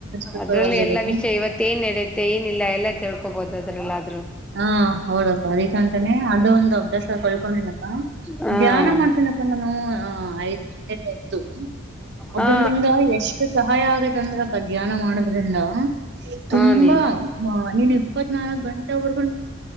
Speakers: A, on the right; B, in the centre.
A: ಪೇಪರ್
B: ಅದ್ರಲ್ಲಿ
A: ಓದಬೇಕು
B: ಎಲ್ಲಾ ವಿಷಯ ಇವತ್ತೇಏನ್ ನಡೆಯುತ್ತ ಮತ್ತೇ ಏನಿಲ್ಲ ಎಲ್ಲ ತಿಳ್ಕೋಬಹುದು ಅದ್ರಲ್ಲಾದ್ರೂ
A: ಹಾ ಹೌದಕ್ಕ ಅದಕ್ಕಂತಾನನೆ ಅದು ಒಂದು ಅಭ್ಯಾಸ ಕಳ್ಕೊಂಡನಪ್ಪ
B: ಹ
A: ಧ್ಯಾನ ಮಾಡ್ತನಪ್ಪ ನಾನು ಐದ್ ಗಂಟೆಗೆ ಇದ್ದು ಅದ್ರಲಿಂದ
B: ಹ
A: ಎಷ್ಟು ಸಹಾಯ ಆಗೇತ್ತ ಅಂದ್ರ ಧ್ಯಾನ ಮಾಡೋದ್ರಿಂದ ತುಂಬಾ
B: ಹ ಮಿ
A: ನೀನ್ ಇಪ್ಪತ್ನಾಾಲ್ಕ್ ಗಂಟೆವರೆಗೂ